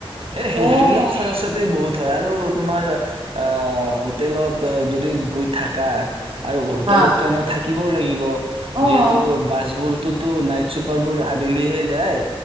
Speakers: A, on the right; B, on the right.
A: এ হে
B: অ',
A: হে হে বিলাক খৰচতে বহুত হয় আৰু আৰু তোমাৰ আ হোটেল যদি গৈ থাকা আৰু হোটেলটো
B: হা।
A: এনে থাকি, থাকিব লাগিব।
B: অ'।
A: যিহেতু বাছবোৰ টোতো নাইট চোপাৰবোৰটো আবেলি হে যায়।